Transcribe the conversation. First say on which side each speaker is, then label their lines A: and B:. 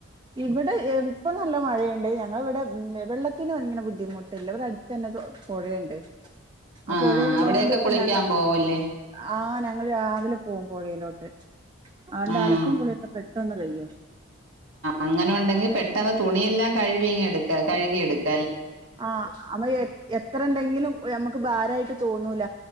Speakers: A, on the right; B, on the right.
A: ഇവിടെ ഇപ്പൊ നല്ല മഴയുണ്ട് ഞങ്ങളിവിടെ ഉം വെള്ളത്തിന് ഇങ്ങനെ ബു ബുദ്ധിമുട്ടില്ല ഇവിടെ അടുത്ത് തന്നെ പുഴയുണ്ട് അപ്പൊ
B: ആഹ്
A: പുഴയുള്ളോണ്ട്
B: അവിടെയൊക്കെ
A: കൊണ്ട് ഇപ്പ
B: കുളിക്കാൻ
A: ഞങ്ങ
B: പോവല്ലേ
A: ആഹ് ഞങ ഞങ്ങൾ രാവിലെ പോവും പൊഴയിലോട്ട് ആണ്ട്
B: ഉം
A: ആലക്കും കുളിക്കൊ പെ ട്ടൊന്ന് കയ്യും
B: അങ്ങനെ ഉണ്ടെങ്കി പെട്ടെന്ന് തുണിയെല്ലാം കഴുവി ഇങ്ങ് എടു കഴുകിയെടുക്ക
A: ആ അമ്മ എത്ര ഉണ്ടെങ്കിലും നമ്മക്ക് ഭാരവായിട്ട് തോന്നൂല